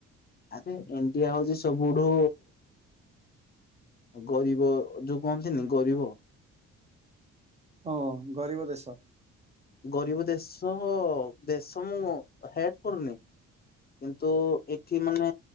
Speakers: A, on the left; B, on the right.
A: ଆରେ ଇଣ୍ତିଆ ହଉଚି ସବୁଠୁ ଗରିବ ଯୋଉ କହନ୍ତିନି ଗରିବ
B: ହଁ ଗରିବ ଦେଶ।
A: ଗରିବ ଦେଶ ଦେଶ ମୁଁ ହେଟ କରୁନି। କିନ୍ତୁ ଏଠି ମାନେ